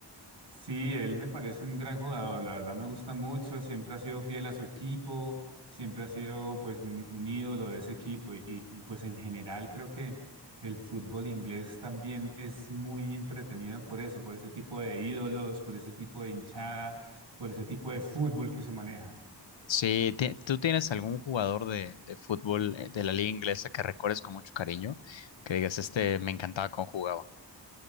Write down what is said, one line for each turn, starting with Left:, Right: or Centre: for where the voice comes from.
Right: Sí, él me parece un gran jugador, la verdad me gusta mucho, siempre ha sido fiel a su equipo, siempre ha sido pues un un ídolo de ese equipo y, y- y, pues en general creo que el fútbol inglés también es muy entretenido por eso, por ese tipo de ídolos, por ese tipo de hinchada, por ese tipo de fútbol que se maneja.
Left: Sí, ti- ¿tú tienes algún jugador de, de fútbol eh, de la liga inglesa que recuerdes con mucho cariño? Que digas, este me encantaba cómo jugaba.